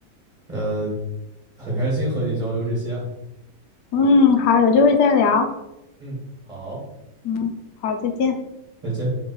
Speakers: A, on the right; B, on the left.
A: 呃，很开心和你交流这些啊。
B: 嗯，好，有机会再聊，
A: 嗯，好，
B: 嗯，好，再见。
A: 再见。